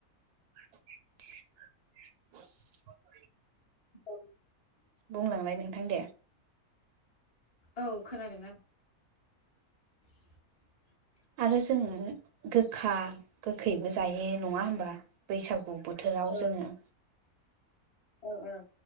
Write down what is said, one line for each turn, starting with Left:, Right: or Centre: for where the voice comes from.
Right: <unintelligible>
Left: औ।
Right: बुंलांलाय नोंथां दे।
Left: औ खोनादोंना? <unintelligible>
Right: आरो जोङो गोखा गोखैबो जायो नङा होमबा बैसागु बोथोराव
Left: ओं
Right: जोङो
Left: ओं ओं